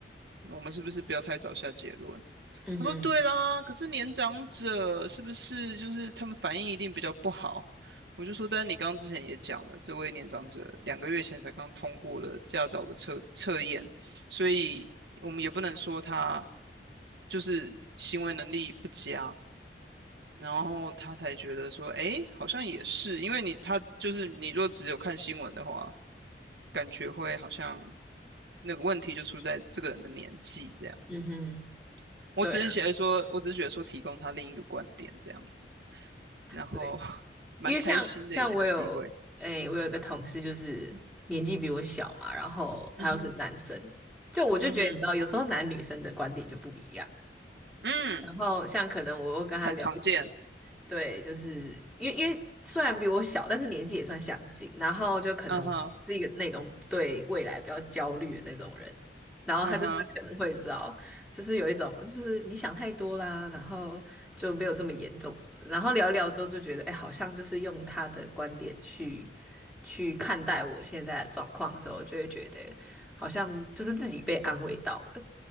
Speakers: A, on the right; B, in the centre.
A: 我们是不是不要太早下结论？
B: 嗯哼
A: 他说对啦，可是年长者是不是就是他们反应一定比较不好？我就说，但你刚刚之前也讲了，这位年长者两个月前才刚通过了驾照的测测验，所以我们也不能说他就是行为能力不佳，然后他才觉得说，诶，好像也是，因为你他就是你若只有看新闻的话，感觉会好像那个问题就出在这个人的年纪这样子。
B: 嗯哼，
A: 我只是觉得说，
B: 对啊，
A: 我只是觉得说提供他另一个观点这样子，然后
B: 对。
A: <laughs> 蛮开心的有那机会。
B: 因为像像我有诶、我有一个同事就是年纪比我小嘛，
A: 嗯
B: 然后他又是男生，
A: 嗯哼，
B: 就我就觉得你知道，
A: 嗯哼，
B: 有时候男女生的观点就不一样。
A: 嗯，
B: 然后像可能我又跟他聊一些。
A: 很常见。
B: 对，就是因为因为虽然比我小，但是年纪也算相近，然后就可能是一个那种对未来比较焦虑的那种人，
A: 嗯哼，
B: 然后他就是可能会知道，
A: 嗯哼，
B: 就是有一种就是你想太多啦，然后就没有这么严重什么的，然后聊一聊之后就觉得，哎，好像就是用他的观点去去看待我现在的状况的时候，就会觉得好像就是自己被安慰到了，